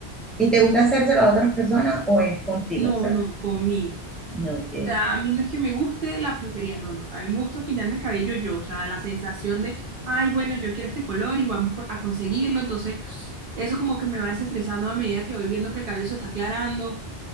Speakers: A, in the centre; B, on the right.
A: ¿Y te gusta hacérselo a otras personas o es contigo?
B: No,
A: O sea,
B: no, conmigo.
A: no, ok,
B: O sea, a mí no es que me guste la peluquería, no, no. A mí me gusta pintarme el cabello yo, o sea, la sensación de, ay, bueno, yo quiero este color y vamos por- a conseguirlo. Entonces, eso como que me va desestresando a medida que voy viendo que el cabello se está aclarando.